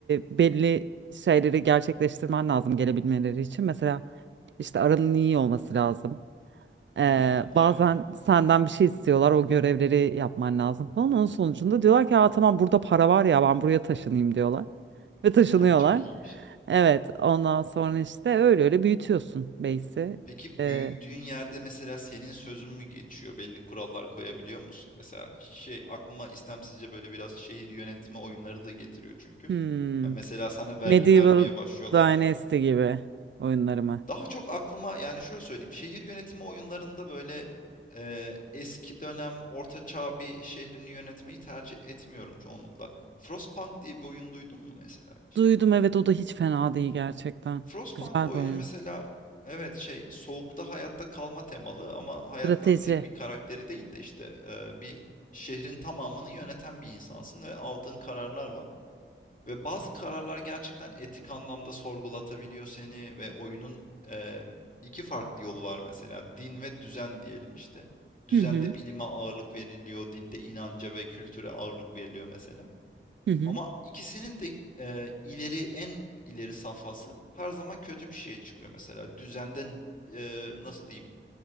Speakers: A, on the right (about 60°); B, on the left (about 40°).
A: e, belli şeyleri gerçekleştirmen lazım gelebilmeleri için. Mesela işte aranın iyi olması lazım. Ee,
B: Hımm,
A: bazen
B: evet.
A: senden bir şey istiyorlar, o görevleri yapman lazım falan. Onun sonucunda diyorlar ki, Aa, tamam burada para var ya ben buraya taşınayım diyorlar. Ve taşınıyorlar.
B: <laughs> Çok iyiymiş.
A: Evet, ondan sonra işte öyle öyle büyütüyorsun base'i.
B: Peki
A: Ee,
B: büyüttüğün yerde mesela senin sözün mü geçiyor? Belli kurallar koyabiliyor musun? Mesela şey aklıma istemsizce böyle biraz şehir yönetimi oyunları da getiriyor çünkü.
A: hmm,
B: Hani mesela sana vergi
A: Medieval
B: vermeye başlıyorlar
A: Dynasty
B: mı?
A: gibi oyunları mı?
B: Daha çok aklıma yani şöyle söyleyeyim. Şehir yönetimi oyunlarında böyle e, eski dönem orta çağ bir şehrini yönetmeyi tercih etmiyorum çoğunlukla. Frostpunk diye bir oyun duydun mu mesela hiç?
A: Duydum evet o da hiç fena değil gerçekten.
B: Frostpunk
A: Güzel
B: oyunu
A: bir oyun.
B: mesela evet şey soğukta hayatta kalma temalı ama hayatta
A: Strateji.
B: tek bir karakteri değil de işte e, bir şehrin tamamını yöneten bir insansın ve aldığın kararlar var. Ve bazı kararlar gerçekten etik anlamda sorgulatabiliyor seni ve oyunun e, iki farklı yolu var mesela din ve düzen diyelim işte. Düzende
A: Hı hı.
B: bilime ağırlık veriliyor, dinde inanca ve kültüre ağırlık veriliyor mesela.
A: Hı hı.
B: Ama ikisinin de e, ileri en ileri safhası her zaman kötü bir şeye çıkıyor mesela. Düzenden e, nasıl diyeyim